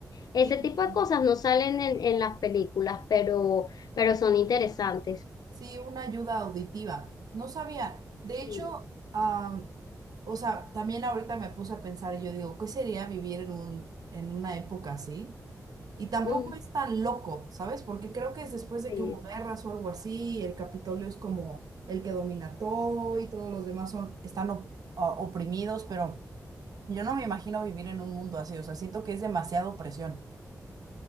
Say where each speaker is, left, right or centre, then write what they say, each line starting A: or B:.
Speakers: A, on the left (about 80°); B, on the right (about 75°).
A: Ese
B: Sí.
A: tipo de cosas no salen en, en las películas, pero, pero son interesantes.
B: Sí, una ayuda auditiva. No sabía. De
A: Sí.
B: hecho, am, o sea, también ahorita me puse a pensar y yo digo, ¿qué sería vivir en un, en una época así? Y tampoco
A: Mm.
B: es tan loco, ¿sabes? Porque creo que es después de
A: Sí,
B: que hubo guerras o algo así, y el Capitolio es como el que domina todo y todos los demás son, están op- o- oprimidos, pero yo no me imagino vivir en un mundo así. O sea, siento que es demasiada opresión.